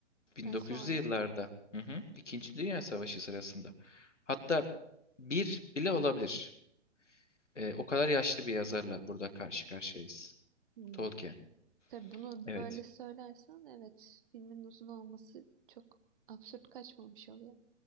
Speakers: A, on the left (about 75°); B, on the right (about 45°).
A: 1900'lü
B: Ha, sonra?
A: yıllarda hı hı, İkinci Dünya Savaşı sırasında. Hatta bir bile olabilir. Ee, o kadar yaşlı bir yazarla burada karşı karşıyayız.
B: Hmm.
A: Tolkien.
B: Tabii bunu
A: Evet.
B: böyle söylersen evet filmin uzun olması çok absürt kaçmamış oluyor.